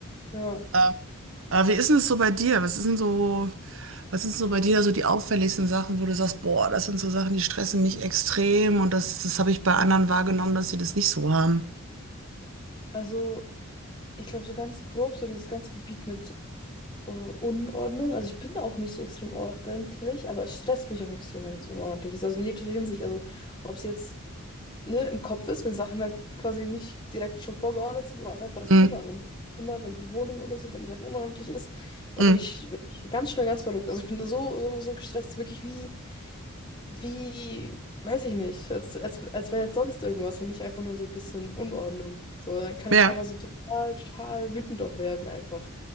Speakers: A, on the left; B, on the right.
A: Ja.
B: Ähm, aber wie ist denn es so bei dir? Was ist denn so, was sind so bei dir da so die auffälligsten Sachen, wo du sagst, boah, das sind so Sachen, die stressen mich extrem und das, das habe ich bei
A: Mhm.
B: anderen wahrgenommen, dass sie das nicht so haben.
A: Also, ich glaube, so ganz grob, so dieses ganze Gebiet mit äh, Unordnung. Also, ich bin auch nicht so extrem ordentlich, aber es stresst mich auch extrem, wenn es unordentlich ist. Also, in jeglicher Hinsicht. Also, ob es jetzt ne, im Kopf ist, wenn Sachen halt quasi nicht direkt schon vorgeordnet sind oder auch einfach das
B: Mm,
A: Zimmer, wenn das Zimmer, wenn die Wohnung oder so, wenn es einfach unordentlich ist, da
B: mm,
A: bin ich, bin ich ganz schnell ganz verrückt. Also ich bin da so, so, so gestresst, wirklich wie, wie, weiß ich nicht, als, als, als wäre jetzt sonst irgendwas und nicht einfach nur so ein bisschen Unordnung. So, dann kann
B: ja.
A: ich teilweise total, total wütend auch werden einfach.